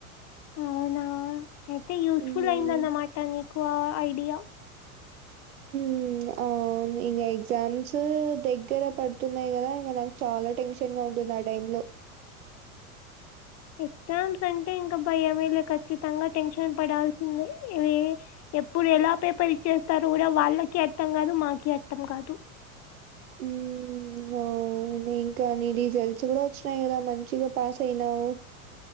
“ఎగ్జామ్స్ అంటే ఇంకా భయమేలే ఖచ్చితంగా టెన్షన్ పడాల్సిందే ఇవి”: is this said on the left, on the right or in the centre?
Left